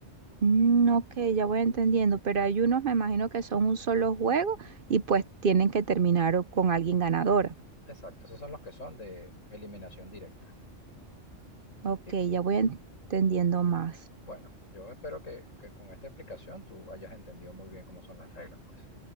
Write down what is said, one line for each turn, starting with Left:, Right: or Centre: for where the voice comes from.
Right: Mm, ok, ya voy entendiendo, pero hay unos, me imagino que son un solo juego y pues tienen que terminar o- con alguien ganador.
Left: Exacto, esos son los que son de eliminación directa.
Right: Ok,
Left: Y
Right: ya voy entendiendo más.
Left: Bueno, yo espero que, que con esta explicación tú hayas entendido muy bien cómo son las reglas, pues.